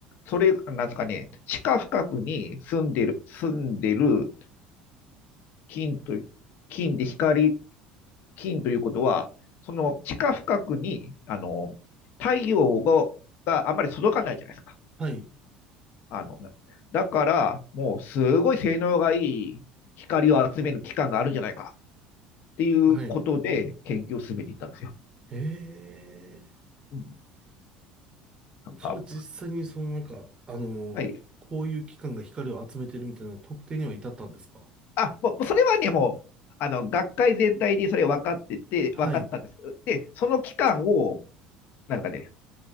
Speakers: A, on the left; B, on the right.
A: それ、なんですかね、地下深くに住んでる、住んでる金と、金で光、金ということは、その地下深くに、あの、太陽が、があんまり届かないじゃないですか。
B: はい。
A: あの、だから、もうすごい性能がいい光を集める機関があるんじゃないかっていうことで研究を進めていったんですよ。
B: はい。へえ。
A: うん、なんか、
B: それは実際にそのなんか、あの、
A: はい、
B: こういう機関が光を集めてるみたいな特定には至ったんですか
A: あ、もう、それはね、もう、あの、学会全体でそれ分かってて、
B: はい。
A: 分かったんですけど、で、その期間を、なんかね、